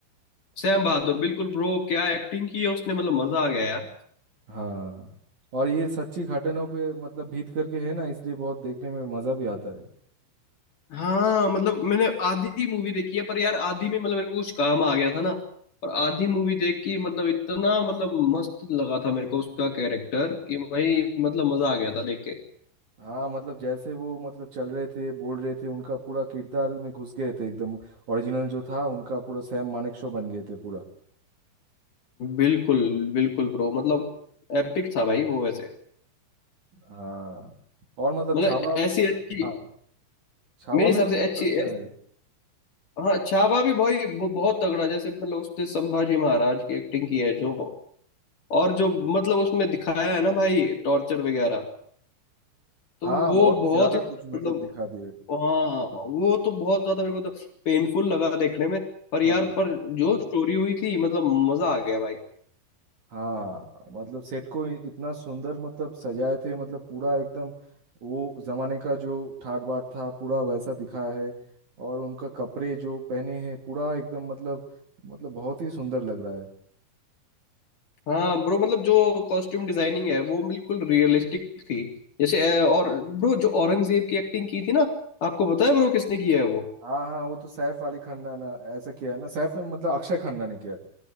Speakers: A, on the left (about 45°); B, on the right (about 45°).
A: सैम बहादुर बिल्कुल ब्रो क्या एक्टिंग की है उसने मतलब मजा आ गया यार
B: हाँ और ये सच्ची घटनाओं पे मतलब भीत करके है ना इसलिए बहुत देखने में मजा भी आता है
A: हाँ मतलब मैंने आधी मूवी देखी है पर यार आधी में मतलब मेरे को कुछ काम आ गया था ना और आधी मूवी देख के मतलब इतना मतलब मस्त लगा था मेरे को उसका कैरेक्टर कि भाई मतलब मजा आ गया था देख के
B: हाँ मतलब जैसे वो मतलब चल रहे थे बोल रहे थे उनका पूरा किरदार में घुस गए थे एकदम ओरिजिनल जो था उनका पूरा सैम मानेकशॉ बन गए थे पूरा
A: बिल्कुल बिल्कुल ब्रो मतलब एपिक था भाई वो वैसे
B: हाँ और मतलब
A: मतलब
B: छावा
A: ऐसी अच्छी
B: हाँ छावा
A: मेरे
B: में
A: हिसाब
B: भी
A: से
B: बहुत
A: अच्छी
B: अच्छा है
A: हाँ छावा भी भाई वो बहुत तगड़ा जैसे मतलब उसने संभाजी महाराज की एक्टिंग की है जो और जो मतलब उसमें दिखाया है ना भाई टॉर्चर वगैरह तो
B: हाँ
A: वो
B: बहुत
A: बहुत
B: ही ज्यादा
A: ही
B: कुछ मतलब
A: मतलब
B: दिखा दिए
A: हाँ वो तो बहुत ज्यादा मेरे को तो पेनफुल लगा देखने में पर यार
B: हाँ
A: पर जो स्टोरी हुई थी मतलब मजा आ गया भाई
B: हाँ मतलब सेट को इ- इतना सुंदर मतलब सजाए थे मतलब पूरा एकदम वो जमाने का जो ठाट बाट था पूरा वैसा दिखाया है और उनका कपड़े जो पहने हैं पूरा एकदम मतलब मतलब बहुत ही सुंदर लग रहा है
A: हाँ ब्रो मतलब जो कॉस्ट्यूम डिजाइनिंग है वो बिल्कुल रियलिस्टिक थी जैसे अ, और ब्रो जो औरंगजेब की एक्टिंग की थी ना आपको पता है ब्रो किसने की है वो
B: हाँ हाँ वो तो सैफ अली खन्ना ना ऐसा किया है ना सैफ में मतलब अक्षय खन्ना ने किया है